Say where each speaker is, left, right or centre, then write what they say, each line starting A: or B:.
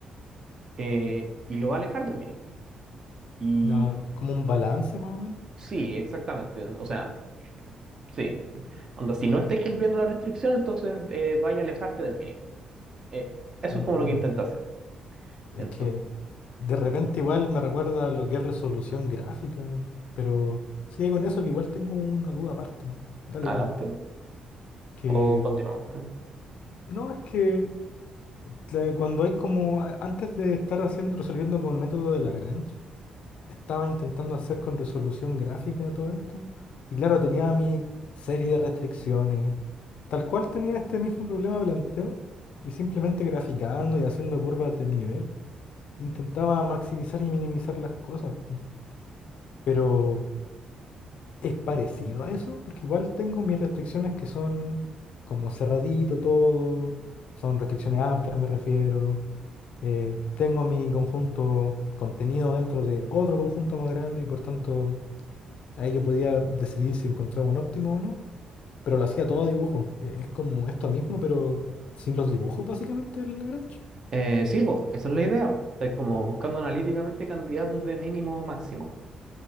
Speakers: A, on the right (about 30°); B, on the left (about 60°).
A: eh, y lo va a alejar del mínimo. Y
B: Ah, es como un balance más o menos.
A: Sí, exactamente. O sea, sí. Onda, si no estáis cumpliendo la restricción, entonces eh, vaya a alejarte del mínimo. Eh, eso
B: Mm,
A: es como lo que intenta hacer.
B: es
A: Entonces,
B: que de repente igual me recuerda a lo que es resolución gráfica, pero sigue con eso que igual tengo una duda aparte. Dale,
A: adelante.
B: dale. Que
A: O continuamos.
B: no, es que la- cuando hay como a- antes de estar haciendo, resolviendo con método de Lagrange, estaba intentando hacer con resolución gráfica todo esto. Y claro, tenía mi serie de restricciones. Tal cual tenía este mismo problema planteado. Y simplemente graficando y haciendo curvas de nivel, intentaba maximizar y minimizar las cosas. po. Pero es parecido a eso, porque igual tengo mis restricciones que son como cerradito todo. Son restricciones amplias, me refiero. Eh, tengo mi conjunto contenido dentro de otro conjunto más grande y por tanto Ahí yo podía decidir si encontraba un óptimo o no, pero lo hacía todo a dibujo. E- Es como esto mismo, pero sin los dibujos, básicamente, el Lagrange.
A: Eh, sí, pues, esa es la idea. Es como buscando analíticamente candidatos de mínimo o máximo.